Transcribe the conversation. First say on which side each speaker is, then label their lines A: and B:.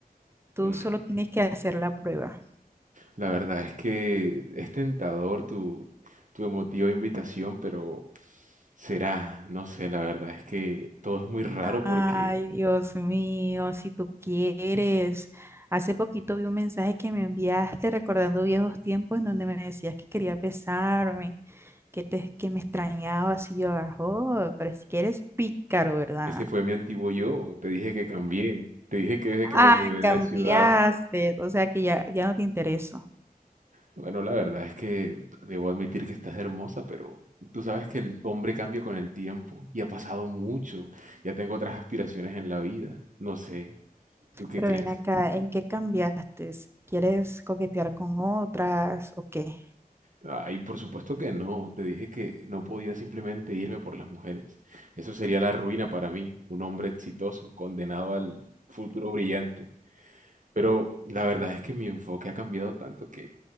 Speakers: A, on the right (about 15°); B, on the right (about 55°).
A: Tú
B: Mm,
A: solo tienes que hacer la prueba.
B: La verdad es que es tentador tu, tu emotiva invitación, pero será, no sé, la verdad es que todo es muy raro porque
A: Ay, Dios mío, si tú quieres. Hace poquito vi un mensaje que me enviaste recordando viejos tiempos en donde me decías que querías besarme, que te, que me extrañabas y yo, ah, oh, pero si quieres pícaro, ¿verdad?
B: ese fue mi antiguo yo. Te dije que cambié, te dije que desde que
A: Ah,
B: me mudé de
A: cambiaste,
B: ciudad
A: o sea que ya, ya no te intereso.
B: Bueno, la verdad es que debo admitir que estás hermosa, pero tú sabes que el hombre cambia con el tiempo y ha pasado mucho. Ya tengo otras aspiraciones en la vida. No sé, ¿tú qué
A: Pero
B: crees?
A: ven acá, ¿en qué cambiaste? ¿Quieres coquetear con otras o qué?
B: Ay, por supuesto que no. Te dije que no podía simplemente irme por las mujeres. Eso sería la ruina para mí, un hombre exitoso, condenado al futuro brillante. Pero la verdad es que mi enfoque ha cambiado tanto que